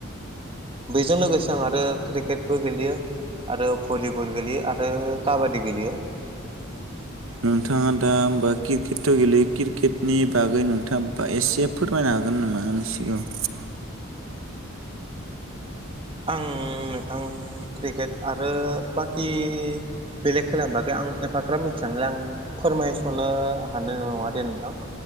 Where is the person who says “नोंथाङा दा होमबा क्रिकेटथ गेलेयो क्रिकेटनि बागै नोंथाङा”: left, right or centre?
Right